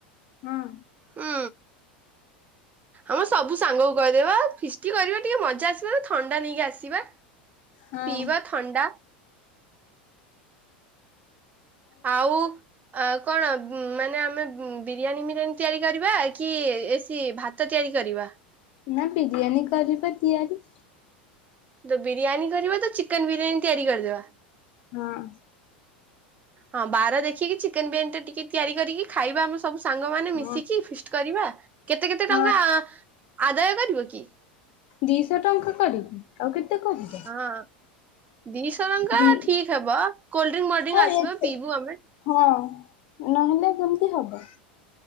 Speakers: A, on the left; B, on the right.
A: ହଁ।
B: ହୁଁ। ଆମ ସବୁ ସାଙ୍ଗକୁ କହିଦେବା ଫିଷ୍ଟି କରିବା ଟିକେ ମଜା ଆସିବା ଥଣ୍ଡା ନେଇକି ଆସିବା।
A: ହଁ
B: ପିଇବା ଥଣ୍ଡା। ଆଉ। ଆ କଣ ମାନେ ଆମେ ବିରିୟାନୀ ମିରିଆନୀ ତିଆରି କରିବା କି ଏସି ଭା ତ ତିଆରି କରିବା।
A: ନା ବିରିୟାନୀ କରିବା ତିଆରି।
B: ତ ବିରିୟାନୀ କରିବା ତ ଚିକେନ ବିରିୟାନୀ ତିଆରି କରିଦବା।
A: ହଁ।
B: ହଁ ବାର ଦେଖିକି ଚିକେନ ବିରିୟାନି ଟା ଟିକେ ତିଆରି କରିକି ଖାଇବା ଆମ ସବୁ ସାଙ୍ଗମାନେ ମିଶିକି
A: ହଁ
B: ଫିଷ୍ଟ କରିବା କେତେ କେତେ
A: ହଁ
B: ଟଙ୍କା ଆଦାୟ କରିବ କି?
A: ଦିଶହ ଟଙ୍କା କରି। ଆଉ କେତେ କହ।
B: ହଁ ଦିଶହ ଟଙ୍କା
A: ଦି
B: ଠିକ ହବ କୋଲଡ୍ରିଙ୍କ ମୋଲଡ୍ରିଙ୍କ
A: ହଁ
B: ଆସିବ
A: ଏତେ
B: ପିଇବୁ ଆମେ।
A: ହଁ ନହେଲେ କେମିତି ହବ।